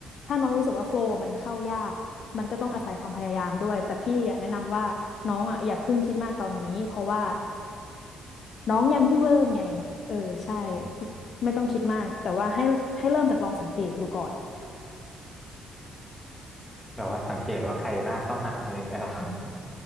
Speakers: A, on the left (about 55°); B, in the centre.
A: ถ้าน้องรู้สึกว่าโฟลว์มันเข้ายากมันก็ต้องอาศัยความพยายามด้วยแต่พี่อะแนะนำว่าน้องอ่ะอย่าเพิ่งคิดมากตอนนี้เพราะว่า น้องยังเพิ่งเริ่มไงเออใช่
B: อืม
A: ไม่ต้องคิดมากแต่ว่าให้ให้เริ่มจากลองสังเกตดูก่อน
B: แบบว่าสังเกตว่าใครน่าเข้าหาอะไรเงี้ยเหรอครับ